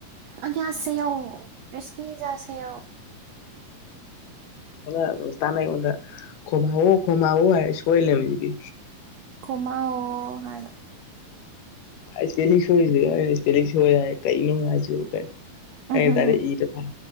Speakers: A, on the right; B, on the left.
A: ꯑꯅꯌꯣꯟꯁꯩꯌꯣ ꯔꯦꯁꯃꯤꯖꯁꯩꯌꯣ
B: ꯑꯃ ꯔꯣꯖꯤꯇꯥꯅ ꯑꯩꯉꯣꯟꯗ ꯈꯣꯝ ꯍꯥꯡꯉꯣ ꯈꯣꯝ ꯍꯥꯡꯉꯣ ꯁꯣꯏ ꯂꯩꯔꯝꯃꯤꯁꯤꯗꯤ
A: ꯀꯣꯃꯥꯑꯣ ꯍꯥꯏꯕ
B: ꯏꯁꯄꯦꯂꯤꯡ ꯁꯣꯏꯔꯤꯁꯦ ꯑꯩꯅ ꯏꯁꯄꯦꯂꯤꯡ ꯁꯣꯏ ꯍꯥꯏ ꯀꯩꯅꯣ ꯋꯥꯁꯤꯕꯨ ꯀꯥꯏ
A: ꯎꯝ
B: ꯑꯩ
A: ꯍꯝ
B: ꯗꯥꯏꯔꯦꯛ
A: ꯍꯝ
B: ꯏꯔꯥ ꯊꯝ